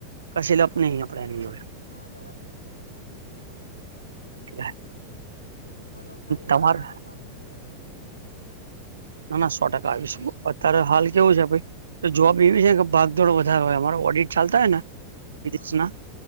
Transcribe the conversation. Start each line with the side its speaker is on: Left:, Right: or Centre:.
Right: કશે લપ નહી આપણે એની જોડે
Left: હા બરાબર
Right: એટલે
Left: બોલો ફરી
Right: તમારે
Left: આવો હવે ભાભી ને લઈને ઘરે
Right: ના ના સો ટકા આવીશું અત્યારે હાલ કેવું છે ભાઈ તો જવાબ એવી છે કે ભાગદોડો વધારેો હોય અમારો ઓડિટ ચાલતા હોય ને વિદેશના
Left: હા હા